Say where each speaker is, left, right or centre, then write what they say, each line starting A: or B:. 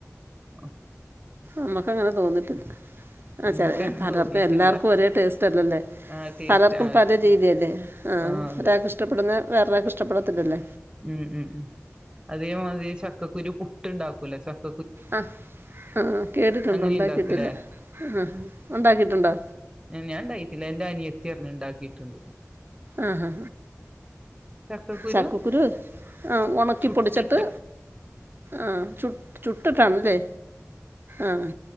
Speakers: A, on the right; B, on the right.
A: ങാഹ
B: അമക്കങ്ങന തോന്നിട്ട്ല്ല അ
A: എനിക്കങ്ങനെ
B: ചെലെ പലർക്കു
A: തോന്നിയിട്ടില്ല
B: എല്ലാർക്കു ഒരേ ടേസ്റ്റല്ലല്ലെ
A: ആഹ് ടേസ്റ്റ്
B: പലർക്കും
A: ആഹ്
B: പല
A: ശരി
B: രീതിയല്ലേ ആ
A: ആഹ് അതെ
B: ഒരാക്കിഷ്ടപ്പെടുന്നെ വേറൊരാക്ക് ഇഷ്ടപ്പെടത്തില്ലല്ല
A: ഉം ഉം ഉ അതേമാതിരി ചക്കക്കുരു പുട്ട് ഇണ്ടാക്ക്വല്ലോ ചക്
B: അഹ് അഹ് ആഹ് കേട്ടിട്ടൊണ്ട്
A: അങ്ങനെ
B: ഒണ്ടാക്കിയിട്ടില്ല
A: ഉണ്ടാക്കൂലേ
B: ഹഹാ ഒണ്ടാക്കിട്ട്ണ്ടോ
A: ഞാ ഞാൻ ഇണ്ടാക്കീറ്റ്ല്ല എന്റ അനിയത്തി പർഞ്ഞു ഇണ്ടാക്കീട്ട്ണ്ട്
B: ആഹാ
A: ചക്കക്കുരു
B: ചക്കകുരു ആഹ് ഉണക്കിപ്പൊടിച്ചിട്ട്
A: ചുട്ടിട്ടാ
B: ആഹ് ചുട്ട് ചുട്ട്ട്ടാണല്ലേ ആഹ്